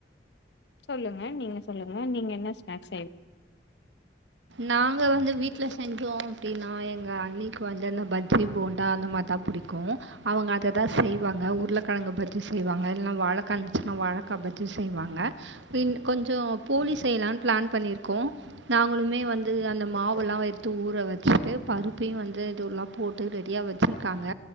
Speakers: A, on the left (about 70°); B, on the right (about 85°).
A: சொல்லுங்க நீங்க சொல்லுங்க நீங்க என்ன ஸ்நாக்ஸ் செய்ய
B: நாங்க வந்து வீட்ல செஞ்சோ அப்டினா எங்க அன்னிக்கு வந்து அந்த பஜ்ஜ போன் டா அந்த மாதிரிதா புடிக்கு அவுங்க அத தா செய்வாங்க உருளைக்கிழங்கு பஜ்ஜி செய்வாங்க இல்லைனா வாழைக்கா இருந்துச்சுன்னா வாழைக்கா பஜ்ஜி செய்வாங்க பின்டு கொஞ்ச போலி செய்யலான்னு பிளான் பண்ணி இருக்கோ நாங்களுமே வந்து அந்த மாவு எல்லா எத்து ஊற வச்சுட்டு பருப்பையு வந்து இதுல்லா போட்டு ரெடியா வச்சுருக்காங்க